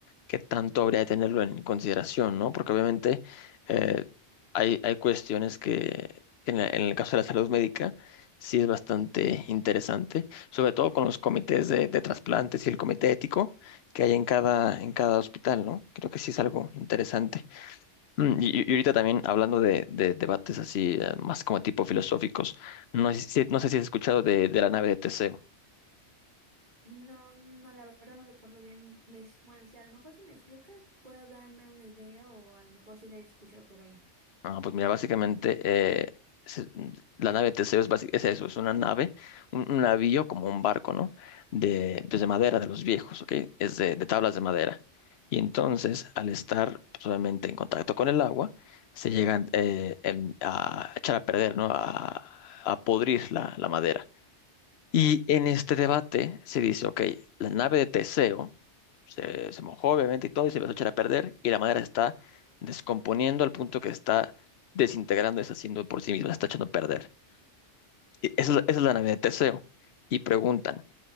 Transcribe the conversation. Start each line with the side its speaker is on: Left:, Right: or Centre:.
Left: qué tanto habría de tenerlo en consideración, ¿no? Porque obviamente eh, hay, hay cuestiones que que en, la- en el caso de la salud médica sí es bastante interesante, sobre todo con los comités de, de trasplantes y el comité ético que hay en cada, en cada hospital, ¿no? Creo que sí es algo interesante. Mm, Y, y ahorita también hablando de, de debates así, eh, más como tipo filosóficos, no sé si, no sé si has escuchado de, de la nave de Teseo.
Right: No, no, la verdad no recuerdo bien. Ves, bueno, sí, a lo mejor si me explicas, puedo darme una idea o a lo mejor sí la he escuchado por ahí.
Left: Ah, pues mira, básicamente eh, se- la nave de Teseo es, basi- es eso, es una nave, un, un navío como un barco, ¿no? De, pues de madera de los viejos, ¿ok? Es de, de tablas de madera. Y entonces, al estar pues, obviamente en contacto con el agua, se llegan eh, em- a echar a perder, ¿no? A, a podrir la, la madera. Y en este debate se dice, ok, la nave de Teseo se, se mojó obviamente y todo y se empezó a echar a perder y la madera se está descomponiendo al punto que está desintegrando, deshaciendo por sí misma, se está echando a perder. Y esa, es la esa es la nave de Teseo. Y preguntan,